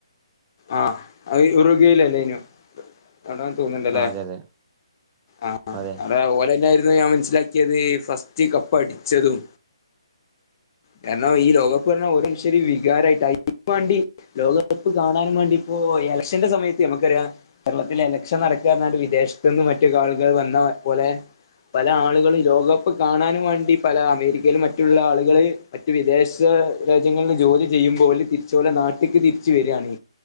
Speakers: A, on the left; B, on the right.
A: ആഹ് അയ് ഉറുകയിലല്ലേന്നോ? അവ്ടാന്ന് തോന്ന്ണ്ട്ല്ലേ.
B: ആ അതെ അതെ
A: ആഹ്
B: അതെ
A: അവ്ടെ ഓലെന്നൊയിര്ന്നൂ ഞാൻ മനസ്സിലാ ക്ക്യത് ഫസ്റ്റ് കപ്പടിച്ചതും. കാരണം ഈ ലോകപ്പ് പറഞ്ഞാ ഓരൊര് ശെരി വികാരായിട്ട് അയ്നും വാണ്ടി ലോകകപ്പ് കാണാനും വാണ്ടിപ്പോ എലക്ഷന്റെ സമയത്ത് അമ്മക്കറിയാ കേരളത്തില് എലക്ഷൻ നടക്കാന്നറ്ങ്ങാണ്ട് വിദേശത്ത്ന്ന് മറ്റ് കാളുകൾ വന്ന പോലെ പല ആളുകളും ലോകകപ്പ് കാണാനും വാണ്ടി പല അമേരിക്കേലും മറ്റ്ള്ള ആളുകള് മറ്റ് വിദേശ രാജ്യങ്ങള്ല് ജോലി ചെയ്യുമ്പോ ഓല് തിരിച്ചോലെ നാട്ട്ക്ക് തിരിച്ച് വെര്വാണ്.